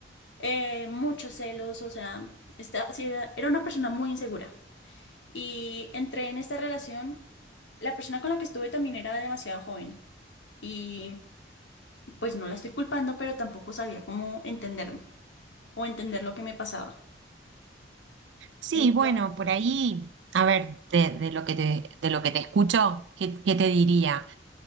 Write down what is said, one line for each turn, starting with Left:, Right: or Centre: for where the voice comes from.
Left: eh, muchos celos, o sea, esta- sí, era, era una persona muy insegura. Y entré en esta relación, la persona con la que estuve también era demasiado joven y pues no la estoy culpando, pero tampoco sabía cómo entenderme o entender lo que me pasaba.
Right: Sí,
Left: Entonces,
Right: bueno, por ahí, a ver, de, de lo que te, de lo que te escucho, ¿qué, qué te diría?